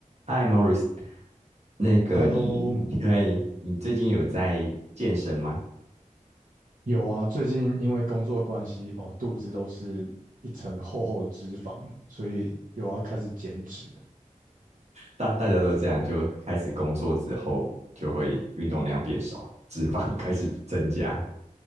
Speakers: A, on the right; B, on the right.
A: 嗨，Morris，那个你，
B: Hello，
A: 嗨，你最近有在健身吗？
B: 有啊，最近因为工作关系，哦，肚子都是一层厚厚的脂肪，所以有要开始减脂。
A: 大大家都这样，就开始工作之后，就会运动量变少，脂肪开始增加。